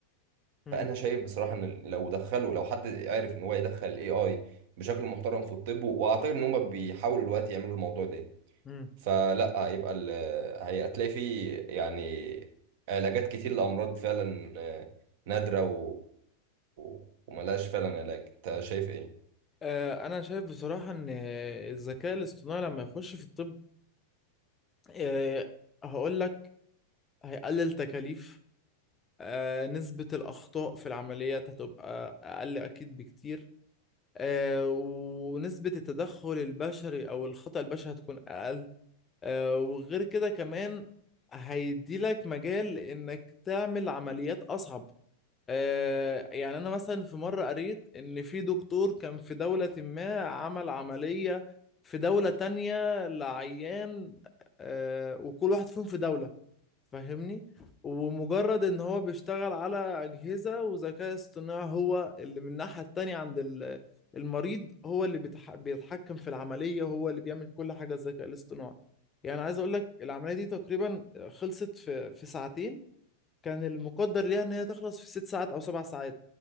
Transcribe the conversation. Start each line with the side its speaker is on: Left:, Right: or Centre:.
Left: مم.
Right: فانا شايف بصراحه ان لو دخلوا لو حد عرف ان هو يدخل الاي اي بشكل محترم في الطب واعتقد ان هم بيحاولوا دلوقتي يعملوا الموضوع ده
Left: مم.
Right: فلا هيبقى ال- هي- هتلاقي فيه يعني علاجات كتير لامراض فعلا آه، نادره و... و- وملهاش فعلا علاج انت شايف ايه
Left: آه، انا شايف بصراحه ان الذكاء الاصطناعي لما يخش في الطب آه، هقول لك هيقلل تكاليف آه، نسبه الاخطاء في العمليات هتبقى اقل اكيد بكتير آه، ونسبه التدخل البشري او الخطأ البشري هتكون اقل آه، وغير كده كمان هيديلك مجال انك تعمل عمليات اصعب آه، يعني انا مثلا في مرة قريت ان في دكتور كان في دولة ما عمل عملية في دولة تانية لعيان آه، وكل واحد فيهم في دولة فاهمني ومجرد ان هو بيشتغل على اجهزه وذكاء اصطناعي هو اللي من الناحيه التانيه عند ال- المريض هو اللي بيتح- بيتحكم في العمليه هو اللي بيعمل كل حاجه الذكاء الاصطناعي يعني عايز اقول لك العمليه دي تقريبا خلصت في في ساعتين كان المقدر ليها ان هي تخلص في ست ساعات او سبع ساعات